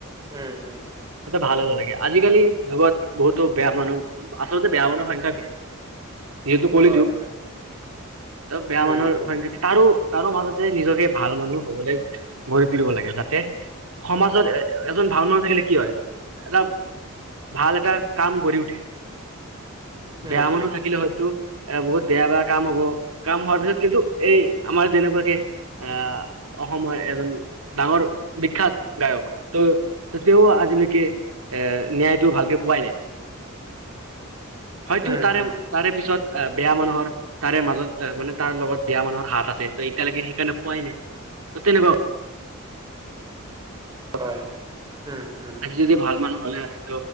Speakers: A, on the right (about 20°); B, on the right (about 80°).
A: উম উম
B: ভাল হ'ব লাগে। আজিকালি যুগত বহুতো বেয়া মানুহ আচলতে বেয়া মানুহৰ সংখ্যা বেছি। যিহেতু কলি
A: হয়
B: যুক
A: হয়
B: অহ বেয়া
A: উম
B: মানুহৰ
A: উম
B: সংখ্যা তাৰো তাৰো মাজতে নিজকে ভাল মানুহ হ'বলৈ গঢ়ি তুলিব লাগে। যাতে সমাজত এ এজন ভাল মানুহ থাকিলে কি হয় এটা ভাল এটা কাম গঢ়ি উঠে
A: উম
B: বেয়া মানুহ
A: উম
B: থাকিলে হয়তো। এ বহুত বেয়া বেয়া কাম হ'ব কাম হোৱাৰ পিছত কিন্তু এই আমাৰ যেনেকুৱাকে আহ অসমৰ এজন ডাঙৰ বিখ্যাত গায়ক তহঁ তেওঁ আজিলৈকে এ ন্যায়টো ভালকে পোৱাই নাই। হয় তো
A: উম
B: তাৰে
A: উম
B: তাৰে পিছত অ' বেয়া মানুহৰ তাৰে মাজত মানে তাৰ লগত বেয়া মানুহৰ হাত আছে ত এতিয়ালৈকে সেইকাৰণে পোৱাই নাই ত তেনেকুৱা কথা
A: হয় উম উম
B: আজি যদি ভাল মানুহ হ'লে হয় ত